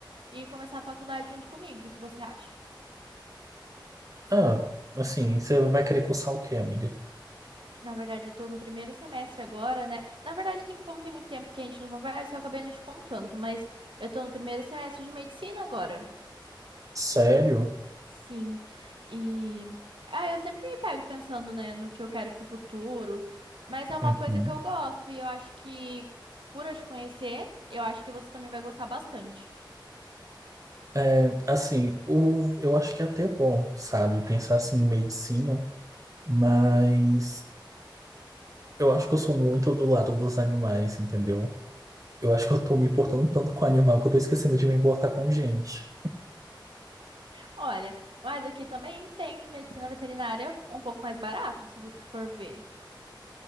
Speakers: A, on the right; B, on the right.
A: e começar a faculdade junto comigo. O que que você acha?
B: Ah, assim, você vai querer cursar o quê, amiga?
A: Na verdade, eu tô no primeiro semestre agora, né? Na verdade, tem, como tem muito tempo que a gente não conversa, eu acabei não te contando, mas eu tô no primeiro semestre de medicina agora.
B: Sério?
A: Sim. E ah, eu sempre me pego pensando, né, no que eu quero pro futuro, mas é uma
B: Uhum.
A: coisa que eu gosto e eu acho que por eu te conhecer, eu acho que você também vai gostar bastante.
B: É, assim, o, eu acho que é até bom, sabe, pensar assim em medicina, mas eu acho que eu sou muito do lado dos animais, entendeu? Eu acho que eu tô me importando tanto com o animal que eu tô esquecendo de me importar com gente.
A: Olha, mas aqui também tem medicina veterinária um pouco mais barato, se você for ver.